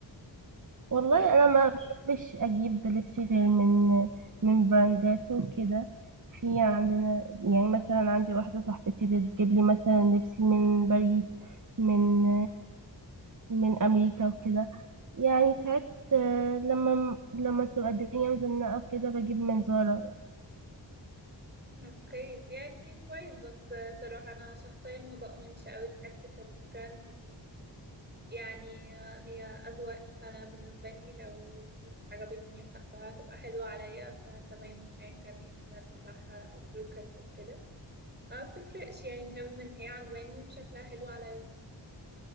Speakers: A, on the right; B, on the right.
A: والله
B: إن-
A: انا ما بحبش اجيب لبس غير من من براندات وكده في عندنا يعني مثلا عندي واحده صاحبتي بتجيب لي مثلا لبس من باريس من من امريكا وكده يعني ساعات آه، لما لما بتبقى الدنيا مزنقه وكده بجيب من زارا
B: اوكي يعني كويس بس آه، صراحة انا شخصيا ما بؤمنش قوي بحتة البراندز دي يعني آه، هي أذواق فأنا بالنسبة لي لو البيس عجبتني وحاسة هتبقى حلوة عليا فتمام أيا كان إيه البراند بتاعها أو لوكال أو كده ما بتفرقش يعني المهم ان هي عجباني وشكلها حلو عليا